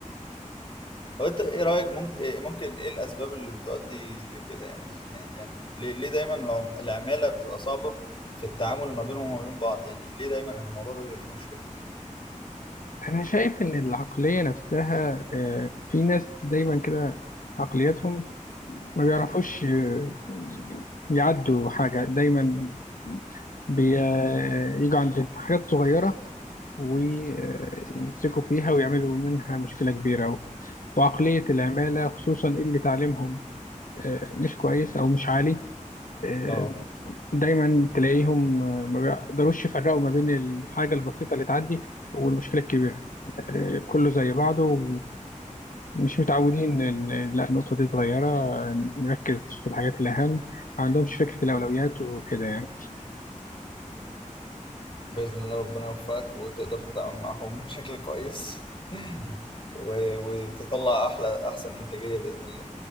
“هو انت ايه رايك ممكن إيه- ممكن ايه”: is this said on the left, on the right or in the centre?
Left